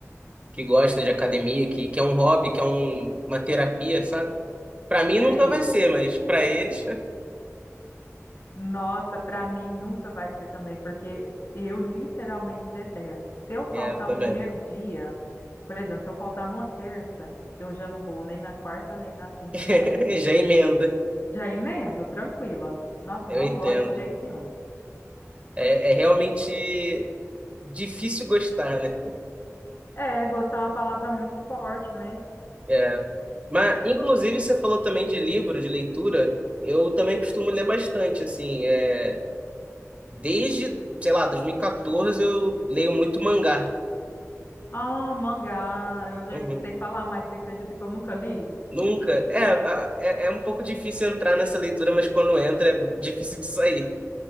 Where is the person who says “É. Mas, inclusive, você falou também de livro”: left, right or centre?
Right